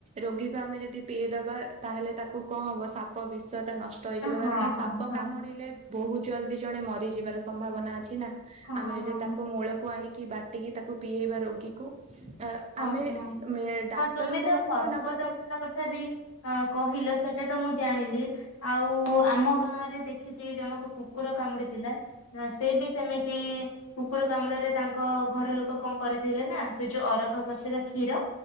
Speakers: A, on the right; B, on the left.
A: ରୋଗୀକୁ ଆମେ ଯଦି ପିଏଇ ଦବା ତାହେଲେ ତାକୁ କଣ ହବ ସାପ ବିଷ ନଷ୍ଟ ହେଇଯିବ
B: ହଁ
A: କାରଣ
B: ହଁ
A: ସାପ
B: ହଁ
A: କାମୁଡିଲେ ବହୁତ ଜଲଦି ଜଣେ ମରିଯିବାର ସମ୍ଭାବନା ଅଛି ନା।
B: ହଁ
A: ଆମେ
B: ହଁ
A: ଯଦି ତାକୁ ମୂଳକୁ ଆଣି କି ବାଟିକି ତାକୁ ପିଏଇବା ରୋଗୀକୁ
B: ହଁ
A: ଆମେ
B: ହଁ
A: ଡାକ୍ତରଙ୍କ
B: ହଁ ତୁମେ ତ
A: ପାଖକୁ
B: ସର୍ପ
A: ନବାକୁ
B: ଦଂଶନ କଥା ବି ଅ କହିଲ ସେଠ୍ ସେଟା ତ ମୁଁ ଜାଣିଲି ଆଉ ଆମ ଗାଁ ରେ ଦେଖିଛି ଜଣକୁ କୁକୁର କାମୁଡିଥିଲା ସେ ବି ସେମିତି କୁକୁର କାମୁଡାରେ ତାଙ୍କ ଘର ଲୋକ କଣ କରିଥିଲେ ନା ସେ ଯୋଉ ଅରଖ୍ ଖ ଗଛର କ୍ଷୀର